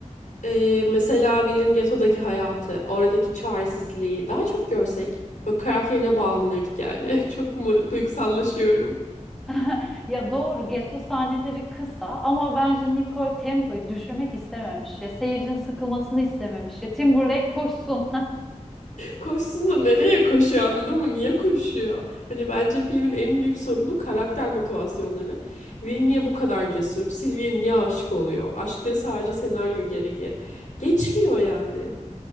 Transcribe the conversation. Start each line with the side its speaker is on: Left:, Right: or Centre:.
Left: Ee, mesela Will'in getodaki hayatı, oradaki çaresizliği daha çok görsek. Böyle karakterine bağlanırdık yani. <laughs> Çok mu duygusallaşıyorum?
Centre: <laughs> Ya doğru Geto sahneleri kısa ama bence Nicole tempoyu düşürmek istememiş. Ya seyircinin sıkılmasını istememiş. Ya Timberlake koşsun.
Left: Koşsun da nereye koşuyor anladın mı? Niye koşuyor? Hani bence filmin en büyük sorunu karakter motivasyonları. Will niye bu kadar cesur? Sylvie niye aşık oluyor? Aşkları sadece senaryo gereği. Geçmiyor yani.